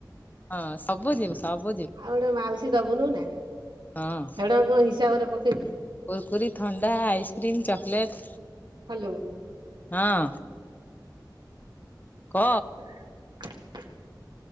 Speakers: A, on the left (about 25°); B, on the right (about 85°).
A: ହଁ ସବୁ
B: ଆଉ
A: ଯିବ ସବୁ ଯିବ
B: ଗୋଟେ ମାଉସୀ ଦବୁନୁ ନା
A: ହଁ
B: ଫେଡ କଣ ହିସାବରେ ପକେଇବୁ
A: କୁୁରକୁରି ଥଣ୍ଡା ଆଇସ୍କ୍ରିମ୍ ଚକୋଲେଟ୍
B: ହ୍ୟାଲୋ
A: ହଁ କ
B: <inaudible>